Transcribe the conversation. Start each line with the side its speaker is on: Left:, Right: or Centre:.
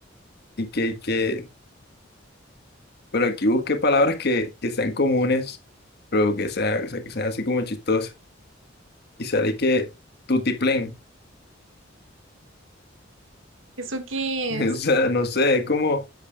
Left: y que, que Pero aquí busqué palabras que, que sean comunes, pero que sean, o sea, que sean así como chistosas. Y sale que tutiplén.
Right: ¿Eso qué
Left: <laughs>
Right: es?
Left: O sea, no sé, es como